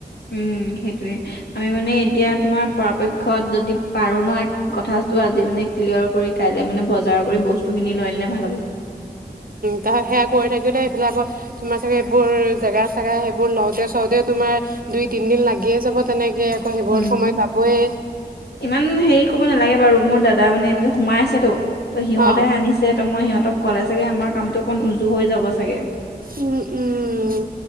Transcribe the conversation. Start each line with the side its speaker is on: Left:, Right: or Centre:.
Left: উম, সেইটোৱে আমি মানে এতিয়া তোমাৰ পৰাপক্ষত যদি পাৰো ন কথাটো আজি মানে ক্লিয়াৰ কৰি কাই- মানে বজাৰ কৰি বস্তু খিনি লৈ আনিলে ভাল হ'ব।
Right: তাৰ সেয়া কৰি থাকিও তাই এইফালে আকৌ তোমাৰ চাগে এইবোৰ জেগা চেগা সেইবোৰ লওঁতে চওঁতে তোমাৰ দুই, তিনদিন লাগিয়ে যাব তেনেকে আকৌ সেইবোৰত
Left: উম
Right: সময় যাবই।
Left: ইমান হেৰি ক'ব নালাগে বাৰু মোৰ দাদা মানে এনেকে সোমাই আছে তো সিহঁতেহে
Right: অ
Left: আনিছে ত মই সিহঁতক ক'লে চাগে আমাৰ কামটো অকণ উজু হৈ যাব চাগে
Right: উম, উম,